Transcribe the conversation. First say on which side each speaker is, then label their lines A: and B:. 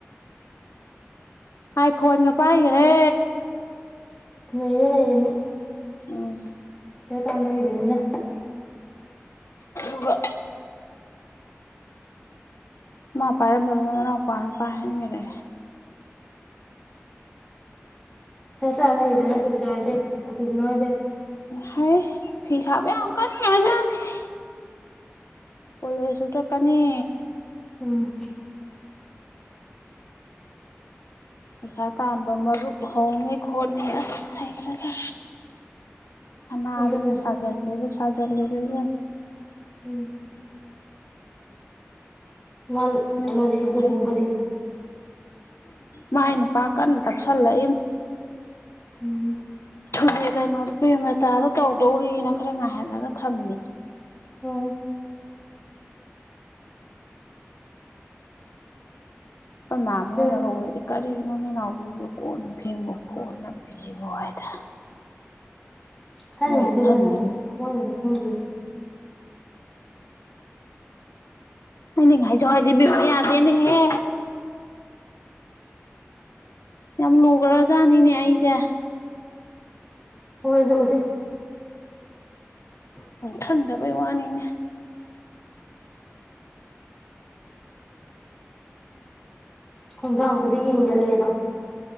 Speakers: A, on the left; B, in the centre.
A: ꯑꯥꯏ ꯐꯣꯟꯒ ꯄꯥꯏꯒꯔꯦ
B: ꯅꯩꯔꯦ ꯅꯩꯔꯦ꯫
A: ꯎꯝ
B: ꯄꯩꯁꯥ ꯇꯥꯟꯕ ꯍꯩꯕꯅꯤꯅ
A: ꯑꯗꯨꯒ ꯃꯥ ꯄꯥꯏꯔꯝꯕꯗꯨꯅ ꯃꯅꯥꯎꯄꯥꯅ ꯄꯥꯏꯍꯟꯒꯔꯦ
B: ꯆ ꯆꯅ ꯍꯩꯗꯦ ꯅꯠꯇꯕꯤ ꯆꯗꯦ ꯅꯊꯕꯤ ꯅꯥꯏꯗꯦ <inaudible>
A: ꯍꯥꯏ ꯐꯤ ꯁꯥꯕ ꯌꯥꯝ ꯀꯟꯒꯔꯖꯥꯅꯤꯍꯦ ꯀꯣꯂꯦꯖꯁꯨ ꯆꯠꯀꯅꯤ
B: ꯎꯝ
A: ꯄꯩꯁꯥ ꯇꯥꯟꯕ ꯃꯔꯨꯞ ꯍꯧꯅꯤ ꯈꯣꯠꯅꯤ ꯑꯁ ꯍꯩꯒꯔꯁꯥ ꯁꯅꯗꯅ
B: ꯑꯗꯨꯅ
A: ꯁꯥꯖꯠ ꯂꯩꯕ ꯁꯥꯖꯂꯨꯔꯦ ꯏꯕꯦꯝ
B: ꯎꯝ ꯃꯅ
A: ꯌꯥꯝ
B: ꯀꯩꯅꯣꯗꯤ ꯂꯨꯍꯣꯡꯕꯗꯤ
A: ꯍꯩ ꯃꯥꯥꯏ ꯅꯨꯄꯥ ꯀꯟꯅ ꯇꯛꯁꯜꯂꯛ ꯏꯕꯅꯤ
B: ꯎꯝ
A: ꯊꯨꯕꯤ ꯀꯩꯅꯣ <inaudible> ꯄꯩꯁꯗꯨ ꯇꯧꯗꯧꯔꯤꯅ ꯈꯔ ꯉꯥꯏꯍꯜꯂꯒ ꯊꯝꯃꯤ
B: ꯎꯝ
A: ꯃꯥꯝꯃ
B: ꯀꯩꯅꯣ
A: ꯍꯤꯏꯅꯒ ꯎꯔꯗꯤ ꯀꯔꯤꯒꯤꯅꯣ ꯅꯣꯏꯅꯥꯎꯕꯤꯖꯤ ꯀꯣꯟ ꯐꯦꯡꯕꯣ ꯐꯣꯟ ꯅꯄꯤꯖꯤꯕꯣ ꯍꯥꯏꯗ
B: ꯍꯥꯏꯅꯦ
A: ꯃꯣꯏ
B: ꯍꯥꯏꯖꯕꯅꯤ
A: ꯈꯪꯗꯕꯩ
B: ꯀꯩꯅꯣ ꯃꯣꯏꯅ ꯅꯤ ꯈꯪꯗꯤ
A: ꯍꯥꯏꯅꯤꯡ ꯍꯥꯏꯖꯧ ꯍꯥꯏꯖꯤ ꯏꯕꯦꯝ ꯌꯥꯗꯅꯦ ꯍꯦ ꯌꯥꯝ ꯂꯨꯒꯔꯖꯥꯠꯅꯤꯅꯦ ꯑꯩꯖꯦ
B: ꯍꯣꯏ ꯑꯗꯨꯕꯨꯗꯤ <inaudible>
A: ꯈꯟꯗꯕꯩ ꯋꯥꯅꯤꯅꯦ
B: ꯈꯣꯡꯗꯥꯡ ꯈꯨꯗꯤ ꯌꯦꯡꯖꯜꯂꯦꯗꯣ